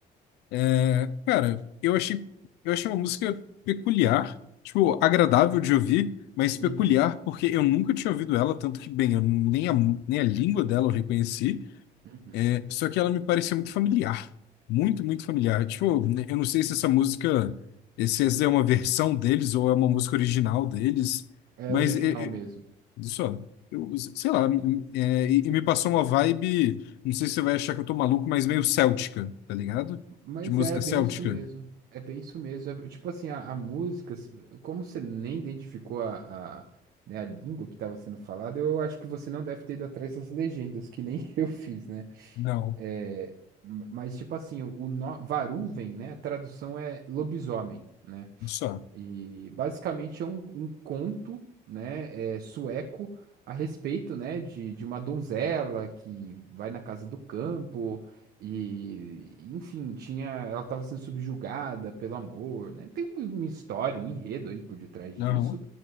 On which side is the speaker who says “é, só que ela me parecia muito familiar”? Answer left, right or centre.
Left